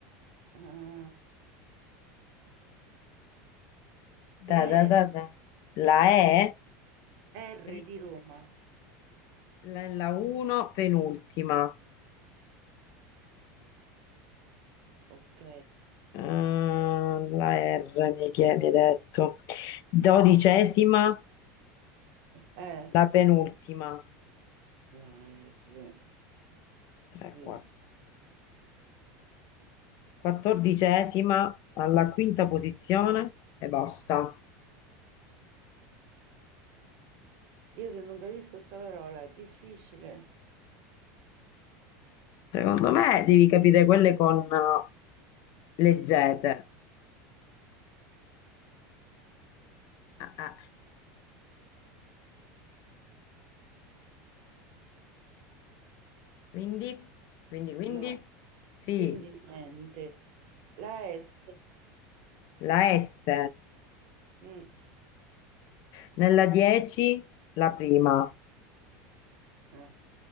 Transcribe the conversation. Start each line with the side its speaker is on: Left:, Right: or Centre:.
Right: eh,
Left: Da,
Right: la
Left: da,
Right: R,
Left: da, da. La E,
Right: R
Left: pri-
Right: di Roma,
Left: la la 1, penultima.
Right: ok.
Left: Mm, la R, mi hai chie- mi hai detto. Dodicesima,
Right: Eh,
Left: la penultima.
Right: la R.
Left: 3,
Right: Mm.
Left: 4. Quattordicesima, alla quinta posizione e basta.
Right: Io se non capisco sta parola, è difficile.
Left: Secondo me devi capire quelle con eh, le Z. Ah, ah. Quindi, quindi, quindi,
Right: No,
Left: sì,
Right: quindi niente. La S.
Left: la S,
Right: Mm.
Left: nella 10 la prima,
Right: Eh.